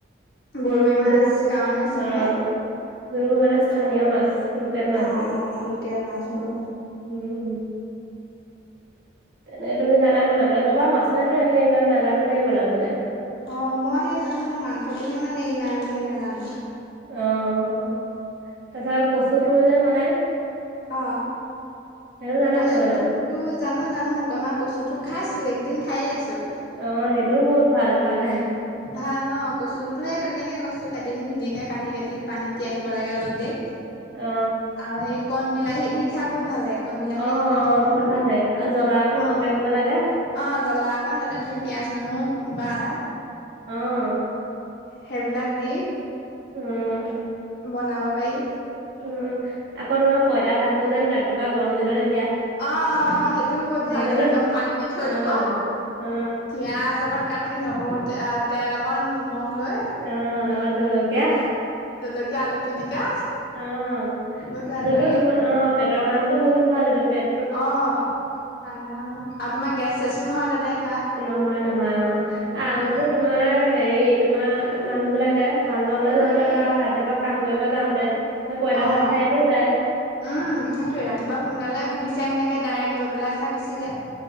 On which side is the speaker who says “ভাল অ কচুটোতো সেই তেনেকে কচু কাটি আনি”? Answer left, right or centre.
Left